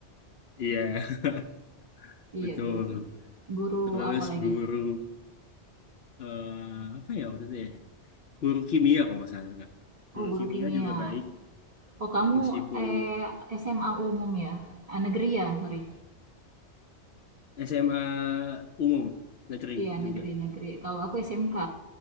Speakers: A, on the left; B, on the right.
A: iya, <laughs>
B: iya
A: betul.
B: guru guru
A: Terus
B: apa lagi
A: guru eh apa ya waktu itu ya? Guru kimia kalau nggak salah juga. Guru
B: oh guru
A: kimia
B: kimia
A: juga baik,
B: oh kamu
A: ya meskipun
B: eh SMA umum ya Eh, negeri ya sorry
A: SMA umum negeri
B: iya
A: juga.
B: negeri negeri kalau aku SMK